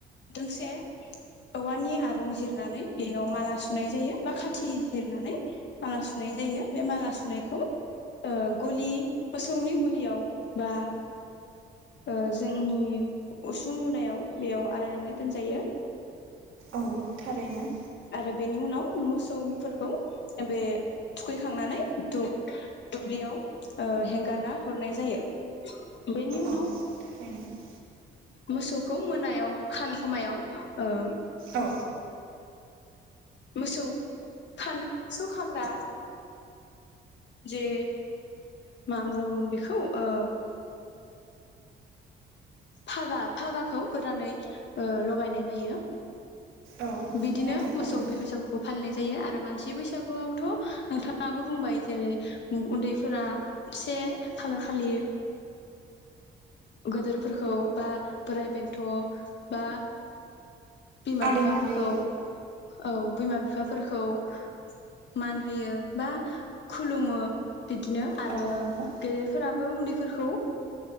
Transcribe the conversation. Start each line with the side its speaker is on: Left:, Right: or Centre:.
Left: दोंसे औवानि आरुं जिरनानै बेयाव माला सुनाय जायो बा खाथि जिरनानै माला सुनाय जायो बे माला सुनायखौ ओ गलि मोसौनि गलियाव बा ओ जोंनि उसुं मुदायाव बेयाव आलायनानै दोनजायो।
Right: औ थारैनो।
Left: आरो बेनि उनाव मोसौफोरखौ बे थुखैखांनानै दु- दुब्लियाव ओ हेंगारना हरनाय जायो। बेनि उनाव
Right: औ थारैनो
Left: मोसौखौ मोनायाव खानो खमायाव ओ
Right: औ।
Left: मोसौ थानो सौखाग्रा जे मा बुङोमोन बेखौ ओ फागा फागाखौ गोदानै ओ लगायनाय जायो।
Right: औ
Left: बिदिनो
Right: खोनादों थारैनो
Left: मोसौ बैसागुखौ फालिनाय जायो आरो मानसि बे बैसागुआवथ' नोंथाङाबो बुंबाय जेरै उन्दैफोरा से खालार खालि गोदोरफोरखौ बा बोराय बेन्थ बा बिमा
Right: आदै
Left: बिफाफोरखौ
Right: मादै
Left: औ बिमा बिफाफोरखौ खौ मान होयो बा खुलुमो बिदिनो आरो
Right: औ नंगौ
Left: गेदेरफोराबो उन्दैफोरखौ